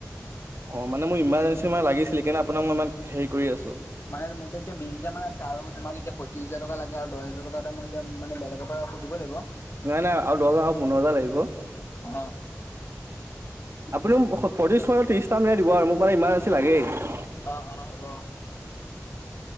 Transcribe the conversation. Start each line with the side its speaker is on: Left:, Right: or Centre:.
Right: অ মানে মোৰ ইমাৰ্জেঞ্চি মানে লাগিছিলি কিণে আপোনাক মই ইমান হেৰি কৰি আছো।
Left: মানে মোৰ তাত এতিয়া বিশ হাজাৰ মান আছে আৰু তোমাক এতিয়া পঁত্ৰিছ হাজাৰ টকা লাগে আৰু দহ হাজাৰ টকা এ মই এতিয়া মানে বেলেগৰ পৰা অ সুধিব লাগিব।
Right: নাই নাই আৰু দহ হাজাৰ পোন্ধৰ হাজাৰ লাগিব।
Left: অ।
Right: আপুনি মোক পঁইত্ৰিছ মানত ত্ৰিশটা মানে দিব আৰু মোক মানে ইমাৰ্জেঞ্চি লাগেই।
Left: আহ আহ হব।